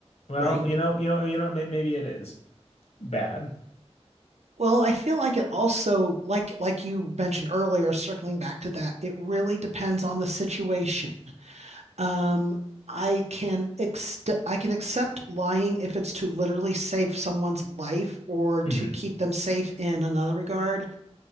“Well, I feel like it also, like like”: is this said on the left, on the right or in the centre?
Right